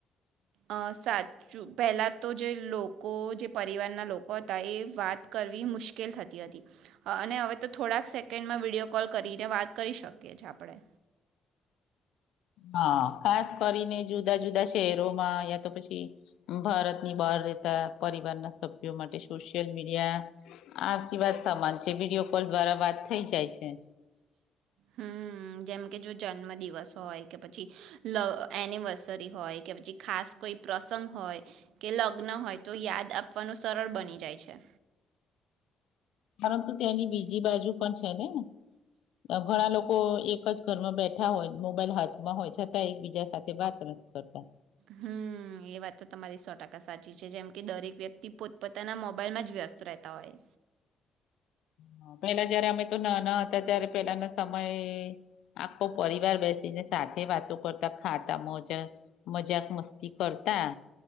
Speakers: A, on the right; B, on the left.
A: અ સાત પહેલાં તો જે લોકો જે પરિવારના લોકો હતા, એ વાત કરવી મુશ્કેલ થતી હતી. હ અને હવે તો થોડાક સેકન્ડમાં વિડીયો કોલ કરીને વાત કરી શકીએ છીએ, આપણે
B: હા, ખાસ કરીને જુદા જુદા શહેરોમાં યા તો પછી ભારતની બહાર રહેતા પરિવારના સભ્યો માટે સોશિયલ મીડિયા આ આસીરઆવાત સમાન છે વિડીિયો કોલ દ્વારા વાત થઈ જાય છે.
A: હમ્મ જેમકે જો જન્મદિવસ હોય કે પછી એનિવર્સરી હોય કે પછી ખાસ કોઈ પ્રસંગ હોય કે લગ્ન હોય તો યાદ આપવાનું સરળ બની જાય છે.
B: પરંતુ તેની બીજ બીજી બાજુ પણ છે, ને ઘણા લોકો એક જ ઘરમાં બેઠા હોય મોબાઈલ હાથમાં હોય છતાં, એકબીજા સાથે વાત નથી કરતા
A: હમ્મ, એ વાત તો તમારી સો ટકા સાચી છે જેમ કે દરેક વ્યક્તિ પોતપોતાના મોબાઈલમાં જ વ્યસ્ત રહેતા હોય.
B: હા પેલા જયારે અમે તો ના ના હતા ત્યારે પેલાનો સમય આખો પરિવાર બેસીને સાથે વાતો કરતા ખાતા મોજા મા જાક મસ્તી કરતા